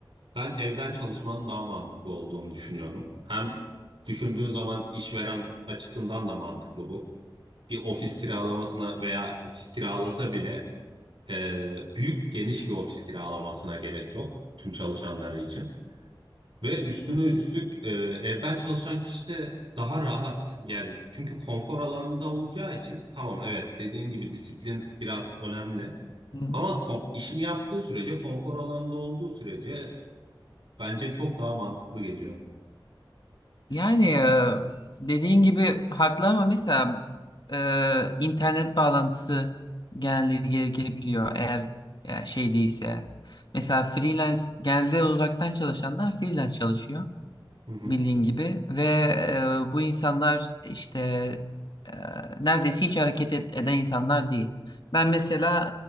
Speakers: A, on the right; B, on the left.
A: ben evden çalışmanın daha mantıklı olduğunu düşünüyorum. Hem düşündüğün zaman işveren açısından da mantıklı bu. Bir ofis kiralamasına veya ofis kiralasa bile e, büyük geniş bir ofis kiralamasına gerek yok tüm çalışanları için. Ve üstüne
B: Hı
A: üstlük e, evden çalışan kişi de daha rahat yani çünkü konfor alanında olacağı için tamam evet dediğin gibi disiplin biraz önemli
B: hı.
A: ama ko- işini yaptığı sürece konfor alanında olduğu sürece bence çok daha mantıklı geliyor.
B: Yani e, dediğin gibi haklı ama mesela e, internet bağlantısı genelde gerekebiliyor eğer e, şey değilse. Mesela freelance genelde uzaktan çalışanlar freelance çalışıyor.
A: Hı hı,
B: bildiğin gibi ve e, bu insanlar işte e, neredeyse hiç hareket et- eden insanlar değil. Ben mesela